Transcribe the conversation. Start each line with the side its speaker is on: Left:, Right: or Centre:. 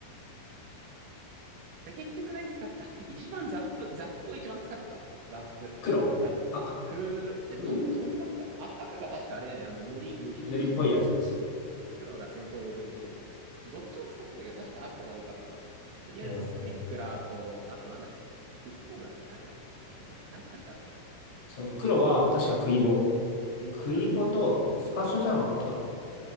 Right: 俺結局何使って、あ、一番ザップ、ザップを一番使ってたわ。ザップ。
Left: 黒、
Right: ザップ、
Left: 赤、
Right: クール、
Left: 黒。
Right: え、どっちも使った。あ、赤が確かあれだよね。あの、塗り、塗り重視で、
Left: 塗りっぽいやつ、そ
Right: 黒が戦闘力重視みたいな。どっちも使ってたけど、確か赤が多かったな。とりあえずスプリンクラーと、
Left: う。おー
Right: あとなんだっけクイックボムだっけなんか、な、な、なんかなんかあったよ
Left: そう、黒は確かクイボ。
Right: な。おクイボかな確か。
Left: クイボとスパッショじゃなかったかな。